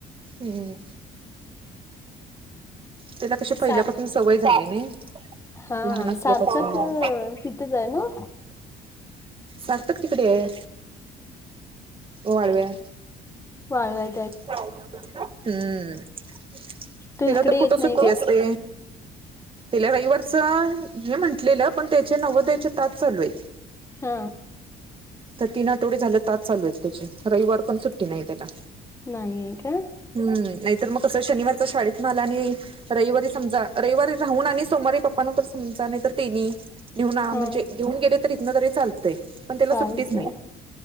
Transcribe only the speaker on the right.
हू त्याला कशी पहिल्यापासून
सवय झाली नई
लहान असल्यापासून
हो
सार्थक तिकडेये वाळव्या
<unintelligible> हू त्याला
तर कुठं
सुट्टी
असते तिला रविवारच ये म्हंटलेलं पण त्याचे नवोदयचे तास चालूय
तर तीन आठवडे झाले तास चालू आहेत त्याचे रविवार पण सुट्टी नाही त्याला
नाही तर मग कस शनिवारच शाळेतन आलानी रविवारी समजा रविवारी राहून आणि सोमवारी पप्पा नई तर समजा नई तेनी घेऊन म्हणजे
घेऊन गेले तरी इथन जरी चालतय पण त्याला
सुट्टीच नाही